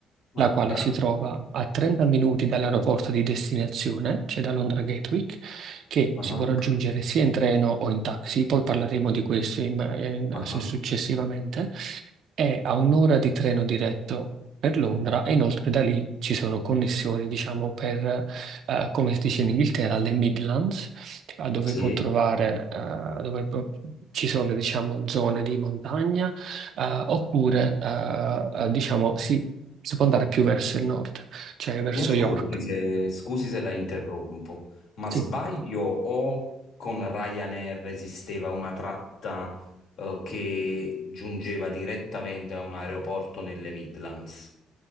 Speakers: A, on the left (about 70°); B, on the right (about 65°).
A: Ah,
B: la quale
A: bravo.
B: si trova a 30 minuti dall'aeroporto di destinazione, cioè da Londra Gatwick, che
A: Ah,
B: si può raggiungere sia in treno o in taxi, poi parleremo di questo in- in-
A: ah,
B: su-
A: ah.
B: successivamente, è a un'ora di treno diretto per Londra e inoltre da lì ci sono connessioni, diciamo, per, eh, come si dice in Inghilterra, le Midlands, eh, dove
A: Sì,
B: può trovare, eh, dove può- ci sono, diciamo, zone di montagna, eh, oppure, eh, eh, diciamo, si si può andare più verso il nord, cioè verso
A: mi ascolti
B: York.
A: se, scusi se la interrompo, ma
B: Sì,
A: sbaglio o con Ryanair esisteva una tratta eh, che giungeva direttamente a un aeroporto nelle Midlands?